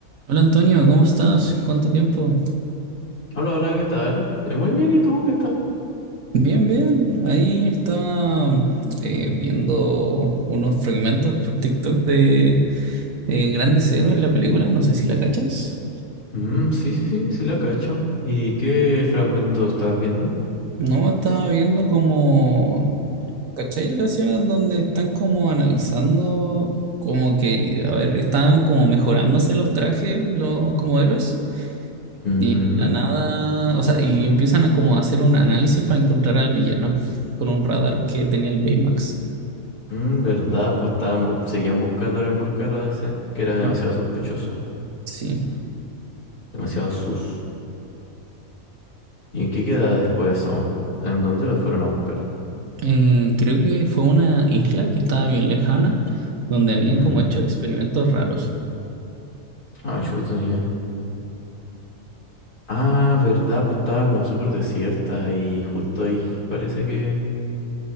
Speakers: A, on the right (about 65°); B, on the left (about 85°).
A: Hola Antonio, ¿cómo estás? ¿Cuánto tiempo?
B: Hola, hola, ¿qué tal? Eh, muy bien, ¿y tú qué tal?
A: Bien, bien. Ahí estaba eh, viendo unos fragmentos por TikTok de eh, Grandes Héroes, la película, no sé si la cachas.
B: Mm, sí, sí, sí, sí la cacho. ¿Y qué fragmento estabas viendo?
A: No, estaba viendo como, ¿cachai? La escena en donde están como analizando, como que, a ver, estaban como mejorándose los trajes, los como héroes,
B: Ujú.
A: y de la nada, o sea, y empiezan a como hacer un análisis para encontrar al villano con un radar que tenía el Baymax.
B: Mm, verdad, pues estaban, bu- seguían buscando el enmascarado ese, que era demasiado
A: Ujú.
B: sospechoso,
A: Sí,
B: demasiado sus. ¿Y en qué quedaba después de eso? ¿En dónde lo fueron a buscar?
A: Eh, creo que fue una isla que estaba bien lejana, donde habían
B: Mm,
A: como hecho experimentos raros.
B: Ah, chuta, ya. Ah, verdad, pues estaba como súper desierta y justo ahí parece que...